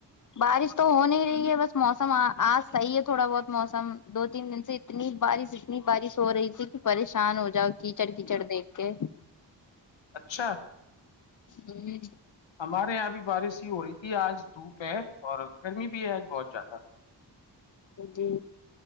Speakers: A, on the left; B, on the left.
A: بارش تو ہو نہیں رہی ہے بس موسم آج صحیح ہے تھوڑا بہت موسم دو تین دن سے اتنی بارش اتنی بارش ہو رہی تھی کہ پریشان ہو جاؤ کیچڑ کیچڑ دیکھ کے
B: اچھا
A: ہوں
B: ہمارے یہاں بھی بارش ہی ہو رہی تھی آج دھوپ ہے اور گرمی بھی ہے آج بہت زیادہ
A: جی